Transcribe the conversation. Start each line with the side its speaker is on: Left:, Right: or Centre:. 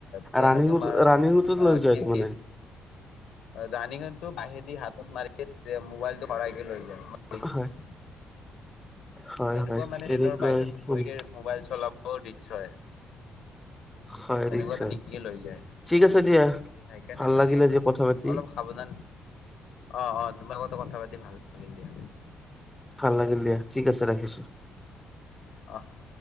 Left: ট্ৰেইনত
Centre: ৰানিঙত
Left: তোমাৰ
Centre: ৰানিঙতো
Left: আ'
Centre: লৈ যায়
Left: খিৰকি
Centre: তাৰ মানে
Left: অহ' ৰাণিঙতটো বাহেদি হাতত মাৰি এ ম'বাইলটো ভৰাইকে লৈ <inaudible> দেখিছোঁ।
Centre: হয় হয়
Left: এনেকুৱা
Centre: হয়
Left: মানে
Centre: তেনেকুৱাই
Left: ট্ৰেইনৰ বাহিৰত
Centre: মানে
Left: বহি কেনে ম'বাইল চলাব ৰিস্ক হয়।
Centre: হয়
Left: এনেকুৱা
Centre: ৰিক্স
Left: টানিকেনে
Centre: হয়
Left: লৈ যায়।
Centre: ঠিক আছে দিয়া
Left: সেইকাৰণে
Centre: ভাল
Left: মানে
Centre: লাগিলে যে কথা পাতি
Left: অলপ সাৱধান! অ' অ', তোমাৰ লগতো কথা পাতি ভাল লাগিল দিয়া।
Centre: ভাল লাগিল দিয়া! ঠিক আছে ৰাখিছোঁ।
Left: অহ'।